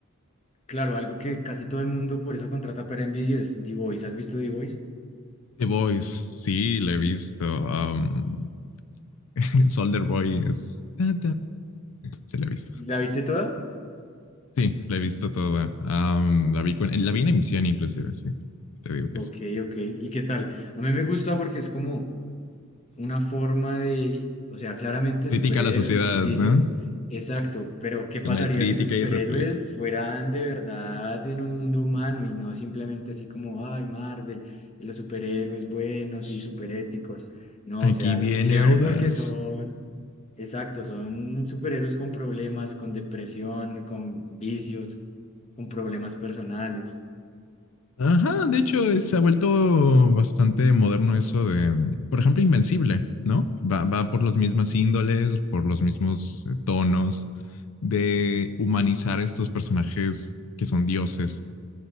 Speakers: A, on the left; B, on the left.
A: claro, algo que casi todo el mundo por eso contrata Prime Video es The Voice. ¿Has visto The Voice?
B: The Voice, sí, la he visto. Um, <laughs> Solder Boy es. Sí, sí, la he visto.
A: ¿La viste toda?
B: Sí, la he visto toda. Um, la, vi, con- la vi en emisión, inclusive, sí. Te digo que
A: Ok,
B: sí.
A: ok. ¿Y qué tal? A mí me gusta porque es como una forma de, o sea, claramente
B: Crítica
A: superhéroes,
B: a la sociedad,
A: ficticio.
B: ¿no?
A: Exacto, pero ¿qué pasaría
B: Es una crítica
A: si los superhéroes
B: y reflejo.
A: fueran de verdad en un mundo humano y no simplemente así como, ay, Marvel, y los superhéroes buenos y superéticos? No,
B: Aquí
A: o sea,
B: viene
A: es chévere
B: Audaz.
A: porque son Exacto, son superhéroes con problemas, con depresión, con vicios, con problemas personales.
B: Ajá, de hecho, eh, se ha vuelto bastante moderno eso de, por ejemplo, Invencible, ¿no? Va, va por las mismas índoles, por los mismos eh, tonos, de humanizar a estos personajes que son dioses.